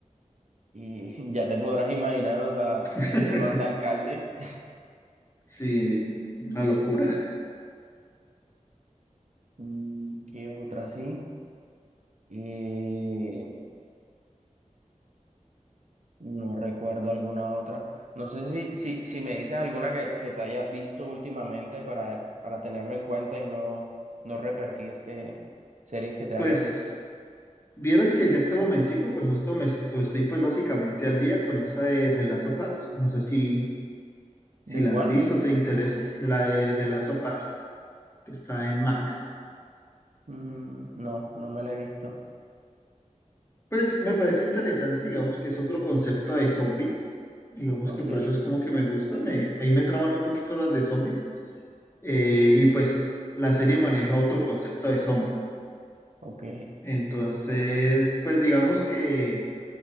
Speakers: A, on the right; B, on the left.
A: Y <laughs> ya te podrás imaginar, o sea,
B: <laughs>
A: ese manda alcalde. <laughs>
B: Sí, una locura.
A: Mm, ¿Qué otra sí? Eh, No recuerdo alguna otra. No sé si, si, si me dices alguna que, que te hayas visto últimamente para, para tenerlo en cuenta y no, no repetirte series que te
B: Pues
A: hayas visto.
B: vieras que en este momentico, pues justo me est- estoy pues básicamente al día con esa de, de las sofás. No sé si, si
A: ¿De
B: la
A: cuál?
B: has visto, te interese, de la de, de las sofás, que está en Max.
A: Mm, no, no me la he visto.
B: Pues me parece interesante, digamos que es otro concepto de zombies. Digamos
A: Ok,
B: que por eso es como que me gusta, me, ahí me traban un poquito las de zombies. Eh, y pues la serie maneja otro concepto de zombies.
A: ok.
B: Entonces, pues digamos que